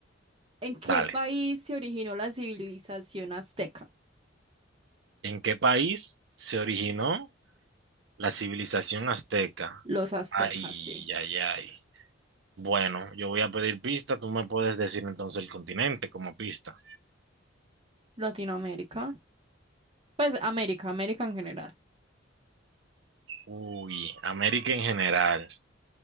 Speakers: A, on the right; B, on the right.
A: ¿En qué
B: Dale.
A: país se originó la civilización azteca?
B: ¿En qué país se originó la civilización azteca?
A: Los aztecas,
B: Ay,
A: sí.
B: ay, ay. Bueno, yo voy a pedir pista. Tú me puedes decir entonces el continente como pista.
A: Latinoamérica. Pues América, América en general.
B: Uy, América en general.